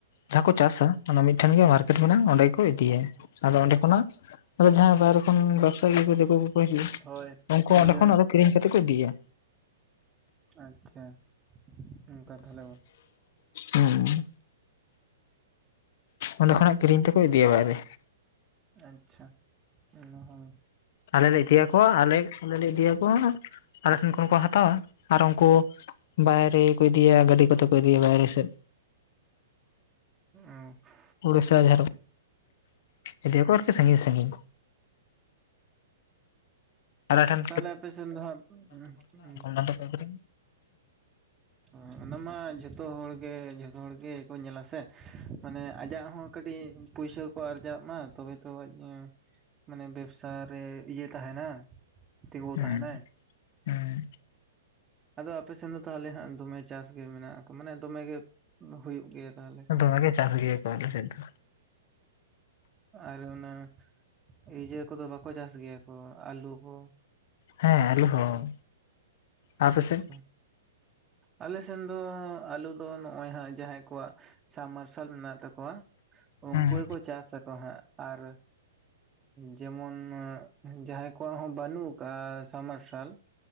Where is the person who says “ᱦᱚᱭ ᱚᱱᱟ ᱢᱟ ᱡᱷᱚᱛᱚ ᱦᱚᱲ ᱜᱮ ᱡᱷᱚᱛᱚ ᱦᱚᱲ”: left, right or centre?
Right